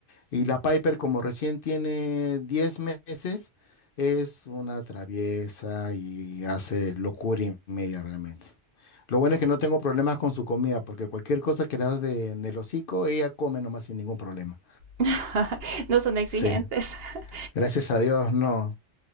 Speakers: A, on the left (about 60°); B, on the right (about 65°).
A: Y la Piper, como recién tiene 10 meses, es una traviesa y hace locura y media realmente. Lo bueno es que no tengo problemas con su comida, porque cualquier cosa que le das de, en el hocico, ella come nomás sin ningún problema.
B: <laughs> No son exigentes.
A: Sí,
B: <laughs>
A: gracias a Dios, no.